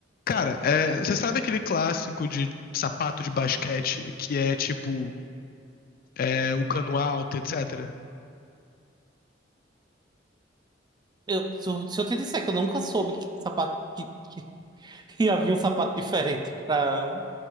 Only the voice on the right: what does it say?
Eu, se, eu se eu te disser que eu nunca soube que sapato que, que, que havia um sapato diferente pra.